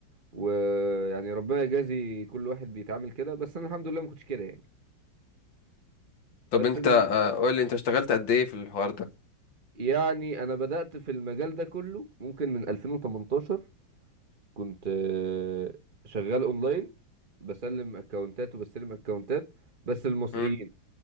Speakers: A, on the right (about 35°); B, on the left (about 80°).
A: ويعني ربنا يجازي كل واحد بيتعامل كده بس انا الحمد لله ما كنتش كده يعني
B: طب
A: بس
B: انت
A: ال...
B: آه، قول لي انت اشتغلت قد ايه في الحوار ده
A: يعني انا بدأت في المجال ده كله ممكن من 2018 كنت آه، شغال اونلاين بسلم اكونتات وبستلم اكونتات بس المصريين
B: امم